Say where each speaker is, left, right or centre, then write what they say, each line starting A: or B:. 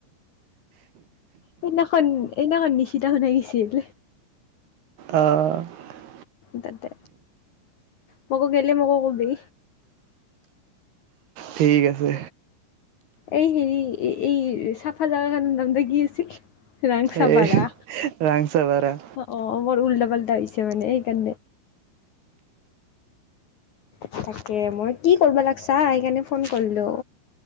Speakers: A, on the left; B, on the right.
A: সদিখন এদিখন নিচিনা হত আহিছিল।
B: অ। <inaudible>
A: তাতে মোকো গেলে মোকো কবি।
B: ঠিক আছে।
A: এই হেৰি এই চাফা জগাৰ নাম টা কি আছিল ৰাংচাপাৰা
B: এই ৰাংচাপাৰা।
A: অ অ মোৰ উল্টা পাল্টা হৈছে নে এই কে তাকে মই কি কৰিব লাগছা সেইকাৰণে ফোন কৰিলো